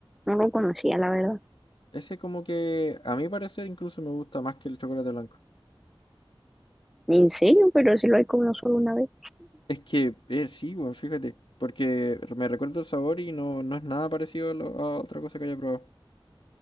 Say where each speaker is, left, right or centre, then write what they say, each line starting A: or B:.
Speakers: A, in the centre; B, on the left.
A: no lo conocía, la verdad.
B: Ese como que a mi parecer incluso me gusta más que el chocolate blanco.
A: En serio, pero sí lo he comido solo una vez.
B: Es que eh, sí, weón, fíjate, porque me recuerdo el sabor y no, no es nada parecido a, lo- a otra cosa que haya probado.